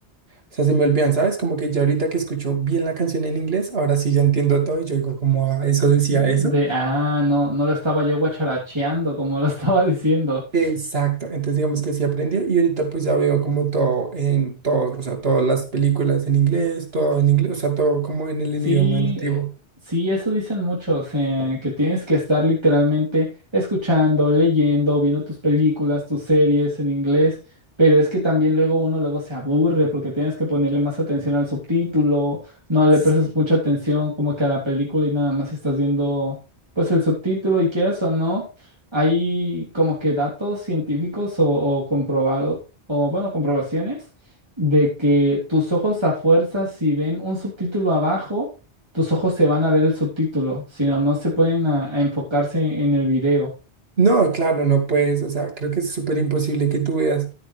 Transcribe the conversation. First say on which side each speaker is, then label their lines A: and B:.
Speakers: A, on the right (about 60°); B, on the right (about 25°).
A: sea, se me olvidan, ¿sabes? Como que ya ahorita que escucho bien la canción en inglés, ahora sí ya entiendo todo y yo digo como, "Ah, eso decía
B: De,
A: eso.
B: ah, no, no lo estaba yo guacharacheando como lo <laughs> estaba diciendo.
A: Exacto, entonces digamos que sí aprendió y ahorita pues ya veo como todo en todo, o sea, todas las películas en inglés, todo en inglés, o sea, todo como en el
B: Sí,
A: idioma nativo.
B: eh, sí, eso dicen muchos, o sea, que tienes que estar literalmente escuchando, leyendo, viendo tus películas, tus series en inglés, pero es que también luego uno luego se aburre porque tienes que ponerle más atención al subtítulo, no le
A: Sí.
B: prestas mucha atención como que a la película y nada más estás viendo pues el subtítulo y quieras o no, hay como que datos científicos o, o comprobado, o bueno, comprobaciones de que tus ojos a fuerza, si ven un subtítulo abajo, tus ojos se van a ver el subtítulo, sino no se pueden a, a enfocarse en el video.
A: No, claro, no puedes, o sea, creo que es súper imposible que tú veas